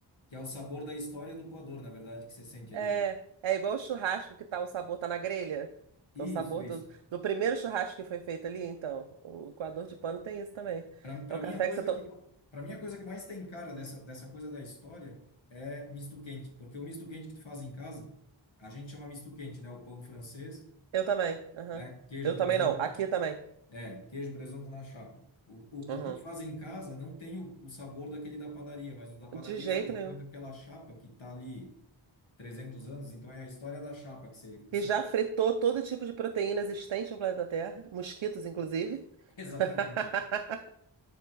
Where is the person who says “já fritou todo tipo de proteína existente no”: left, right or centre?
Right